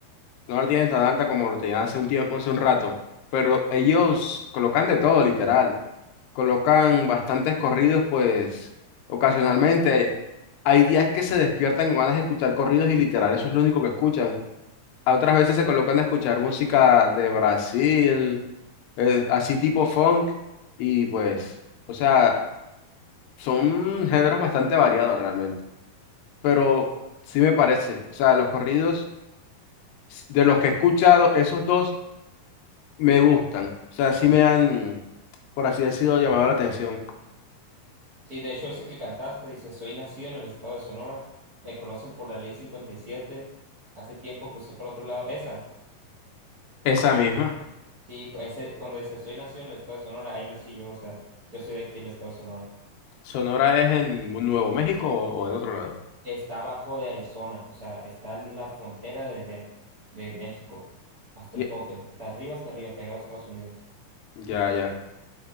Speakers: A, on the left; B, on the right.
A: no la tienen tan alta como lo tenían hace un tiempo, hace un rato, pero ellos colocan de todo, literal. colocan bastantes corridos, pues ocasionalmente hay días que se despiertan con ganas de escuchar corridos y literal, eso es lo único que escuchan. A otras veces se colocan a escuchar música de Brasil, eh, así tipo funk, y pues, o sea, son géneros bastante variados realmente, pero
B: Ujú.
A: sí me parece, o sea, los corridos s- de los que he escuchado, esos dos me gustan, o sea, sí me han, por así decirlo, llamado la atención.
B: Sí, de hecho, ese que cantaste dice: Soy nacido en el estado de Sonora, me conocen por la ley 57. hace tiempo crucé para otro lado. Esa,
A: Esa misma.
B: sí, pues, ese, cuando dice: Soy nacido en el estado de Sonora, ahí nací yo, o sea, yo soy de aquí, el estado de Sonora.
A: ¿Sonora es en Nuevo México o o en otro lado?
B: Está abajo de Arizona, o sea, está en la frontera de, de, de México, hasta
A: Ye-
B: el tope, hasta arriba, hasta arriba, pegado a Estados Unidos.
A: Ya, ya.